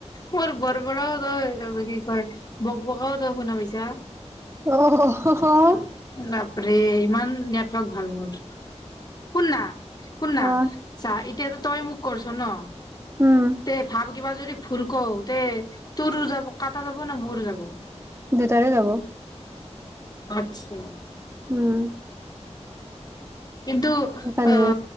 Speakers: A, on the left (about 35°); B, on the right (about 25°).
A: মোৰ বৰবৰাও তই তাৰপা কি কয়, বকবকাও তই শুনা পাইছা?
B: অ
A: বাপৰে ইমান নেটৱৰ্ক ভাল মোৰ। শুননা? শুননা?
B: অ'
A: চা এতিয়াতো তই মোক কৰছ ন?
B: উম
A: তে ভাব কিবা যদি ভুল কও তে তোৰ যাব- কাটা যাব না মোৰ যাব?
B: দুটাৰে যাব।
A: আত্ছা।
B: উম।
A: কিন্তু
B: সেইকাৰণে
A: অ।